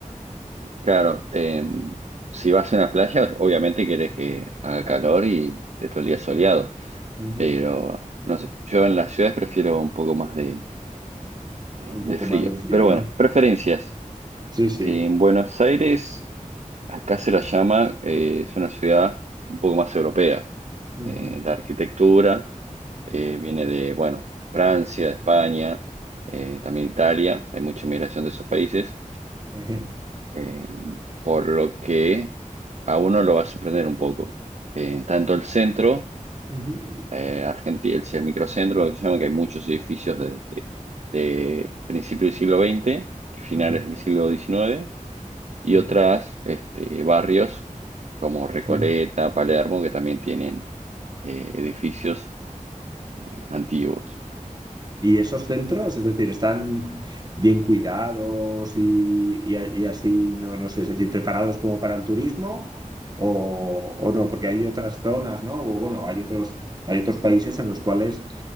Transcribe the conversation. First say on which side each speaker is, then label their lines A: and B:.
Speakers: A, on the right; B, on the right.
A: claro, em, si vas a una playa, obviamente querés que haga
B: Claro.
A: calor y esté todo el día soleado.
B: Ujú.
A: Pero no sé, yo en las ciudades prefiero un poco más de, de-
B: Un poco
A: de frío.
B: más de frío,
A: Pero
B: ¿no?
A: bueno, preferencias.
B: Sí, sí.
A: En Buenos Aires, acá se la llama, eh, es una ciudad un poco más europea.
B: Ujú.
A: Eh, la arquitectura. eh, viene de, bueno, Francia, España, eh, también Italia, hay mucha inmigración de esos países,
B: <laughs> Ejé.
A: eh, por lo que a uno lo va a sorprender un poco. Eh, tanto el centro,
B: Ujú.
A: eh, Argenti- el, el microcentro, lo que se llama, que hay muchos edificios de, de principios del siglo XX y finales
B: Ajá.
A: del siglo XIX, y
B: Ujú.
A: otras este, barrios como Recoleta,
B: Sí.
A: Palermo, que también tienen eh, edificios eh, antiguos.
B: ¿Y esos centros, es decir, están bien cuidados y, y a- y así, no, no sé, es decir, preparados como para el turismo o, o no? Porque hay otras zonas, ¿no? O bueno, hay otros, hay otros países en los cuales